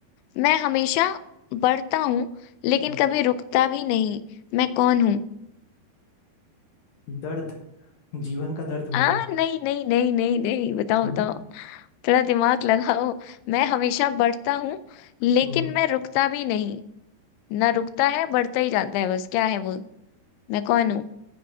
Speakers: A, on the left (about 85°); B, on the left (about 65°).
A: मैं हमेशा बढ़ता हूँ लेकिन
B: हम्म।
A: कभी रुकता भी नहीं मैं कौन हूँ
B: दर्द जीवन का दर्द
A: आ
B: मेरे
A: नहीं नहीं नहीं नहीं नहीं बताओ
B: हाँ
A: बताओ थोड़ा दिमाग लगाओ मैं हमेशा बढ़ता हूँ लेकिन
B: हम्म
A: मैं रुकता भी नहीं ना रुकता है बढ़ता ही जाता है बस क्या है वो मैं कौन हूँ